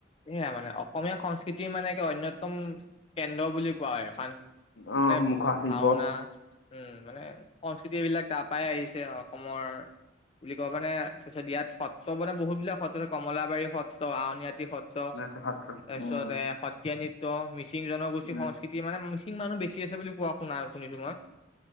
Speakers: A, on the left; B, on the left.
A: সেয়া মানে অসমীয়া সংস্কৃতিৰ মানে একে অন্যতম কেন্দ্ৰ বুলি কোৱা হয় এখন
B: অ
A: মানে
B: মুখা শিল্প
A: ভাওনা, উম, মানে সংস্কৃতিবিলাক তাৰপাই আহিছে অসমৰ বুলি কও মানে তাৰপিছত ইয়াত সত্ৰ মানে বহুত বিলাক সত্ৰ কমলাবাৰী সত তো আউনীআটী সত্ৰ,
B: সত্ৰ
A: তাৰপিছত
B: উম
A: এয়া সত্ৰীয়া নিত্য মি মিচিং জনগোষ্ঠী
B: উম
A: সংস্কৃতি মানে মিচিং মানুহ বেছি আছে বুলি কোৱা শুনা শুনিছো মই।